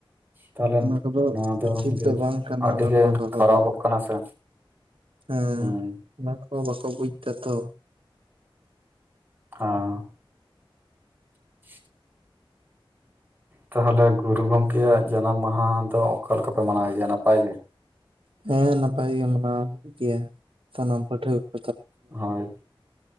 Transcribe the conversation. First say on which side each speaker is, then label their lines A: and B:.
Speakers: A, on the right (about 20°); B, on the right (about 70°).
A: ᱛᱟᱦᱞᱮ
B: ᱚᱱᱟ ᱠᱚᱫᱚ
A: ᱱᱚᱣᱟ ᱫᱚ
B: ᱩᱪᱤᱛ
A: ᱡᱮ
B: ᱵᱟᱝ ᱠᱟᱱᱟ
A: ᱟᱹᱰᱤᱜᱮ
B: ᱚᱱᱟ ᱠᱚᱫᱚ ᱫᱚᱦᱚ
A: ᱠᱷᱟᱨᱟᱯᱚᱜ
B: ᱫᱚ
A: ᱠᱟᱱᱟ ᱥᱮ
B: ᱦᱮᱸ
A: ᱦᱩᱸ
B: ᱚᱱᱟ ᱠᱚ ᱵᱟᱠᱚ ᱵᱩᱡᱽᱫᱟ ᱛᱚ
A: ᱦᱟᱸ <unintelligible> ᱛᱟᱦᱚᱞᱮ ᱜᱩᱨᱩ ᱜᱚᱢᱠᱮᱭᱟᱜ ᱡᱟᱱᱟᱢ ᱢᱟᱦᱟ ᱫᱚ ᱚᱠᱟ ᱞᱮᱠᱟ ᱯᱮ ᱢᱟᱱᱟᱣ ᱜᱮᱭᱟ, ᱱᱟᱯᱟᱭ ᱜᱮ?
B: ᱦᱮᱸ ᱱᱟᱯᱟᱭ ᱜᱮ ᱢᱟᱱᱟᱣ ᱦᱩᱭᱩᱜ ᱜᱮᱭᱟ᱾ ᱥᱟᱱᱟᱢ ᱯᱟᱹᱴᱷᱣᱟᱹ
A: ᱦᱳᱭ